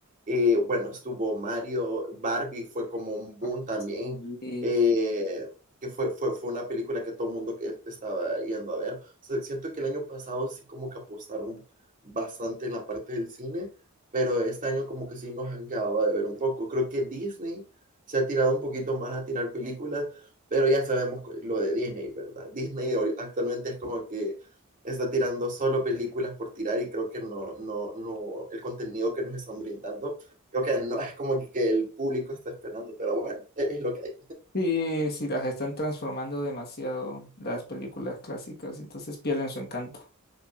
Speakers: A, on the right (about 40°); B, on the left (about 45°).
A: eh, bueno, estuvo Mario, Barbie fue como un boom
B: Ah,
A: también,
B: sí,
A: eh, que fue, fue, fue una película que todo el mundo que estaba yendo a ver. O sea, siento que el año pasado sí como que apostaron bastante en la parte del cine, pero este año como que sí nos han quedado de ver un poco. Creo que Disney se ha tirado un poquito más a tirar películas, pero ya sabemos lo de Disney, ¿verdad? Disney actualmente es como que está tirando solo películas por tirar y creo que no, no, no, el contenido que nos están brindando, creo que no es como que el público está esperando, pero bueno, e- es, lo que hay,
B: sí, sí, las están transformando demasiado las películas clásicas, entonces pierden su encanto.